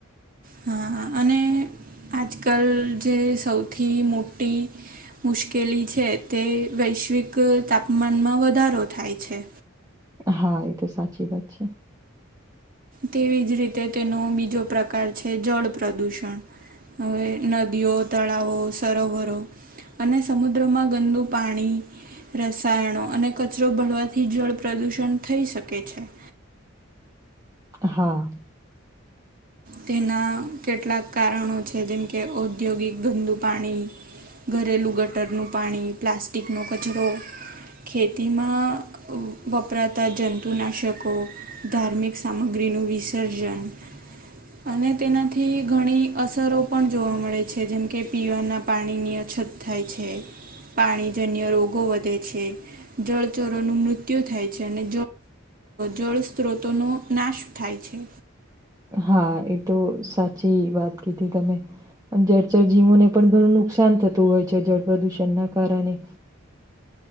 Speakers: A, on the right (about 45°); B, on the right (about 15°).
A: હા અને આજકાલ જે સૌથી મોટી મુશ્કેલી છે તે વૈશ્વિક તાપમાનમાં વધારો થાય છે.
B: હા એ તો સાચી વાત છે.
A: તેવી જ રીતે તેનો બીજો પ્રકાર છે. જળ પ્રદૂષણ હવે નદીઓ, તળાવો, સરોવરો અને સમુદ્રમાં ગંદુ પાણી રસાયણો અને કચરો ભળવાથી જળ પ્રદૂષણ થઈ શકે છે.
B: હા
A: તેના કેટલાક કારણો છે જેમ કે ઔદ્યોગિક ગંદુ પાણી ઘરેલું ગટરનું પાણી, પ્લાસ્ટિકનો કચરો ખેતીમાં વપરાતા જંતુનાશકો ધાર્મિક સામગ્રીનું વિસર્જન અને તેનાથી ઘણી અસરો પણ જોવા મળે છે જેમ કે પીવાના પાણીની અછત થાય છે પાણીજન્ય રોગો વધે છે. જળચરોનું મૃત્યુ થાય છે. અને જળ સ્ત્રોતોનો નાશ થાય છે
B: હા એ તો સાચી વાત કીધી તમે જળચરજીવોને પણ ઘણું નુકસાન થતું હોય છે જળ પ્રદૂષણના કારણે